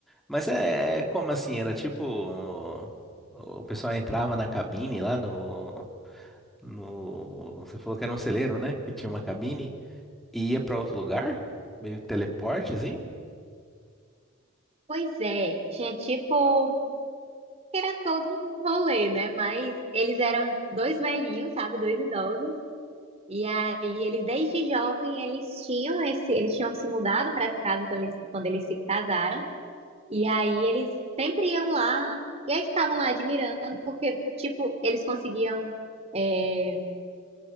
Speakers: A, in the centre; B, on the right.
A: Mas é, é como assim? Era tipo. O, o pessoal entrava na cabine lá no, no. Você falou que era um celeiro, né? Que tinha uma cabine e ia pra outro lugar? Meio teleporte, assim?
B: Pois é, tinha tipo, era todo um rolê, né? Mas eles eram dois velhinhos, sabe? Dois idosos. E aí eles desde jovem eles tinham esse, eles tinham se mudado para essa casa quando eles, quando eles se casaram. E aí eles sempre iam lá e aí ficavam lá admirando porque tipo, eles conseguiam eh,